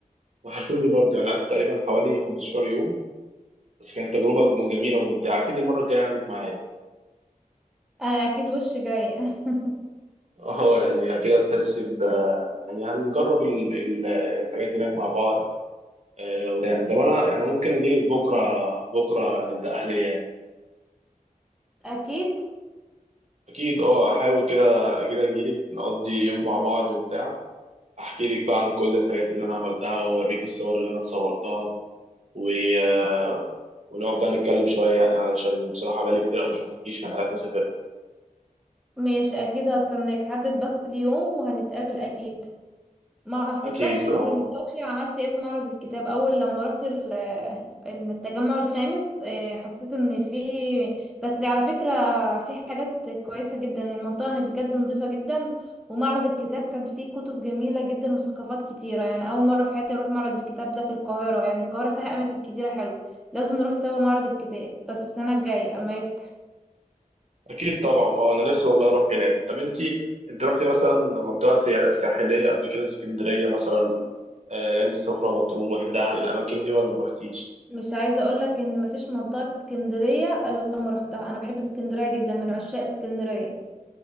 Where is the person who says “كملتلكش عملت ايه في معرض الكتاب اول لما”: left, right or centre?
Centre